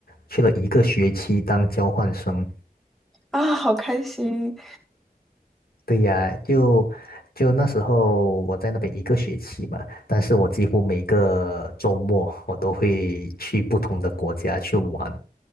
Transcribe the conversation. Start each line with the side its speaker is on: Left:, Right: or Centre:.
Left: 去了一个学期当交换生。
Centre: 啊，好开心！
Left: 对呀，就就那时候我在那边一个学期嘛，但是我几乎每个周末我都会去不同的国家去玩。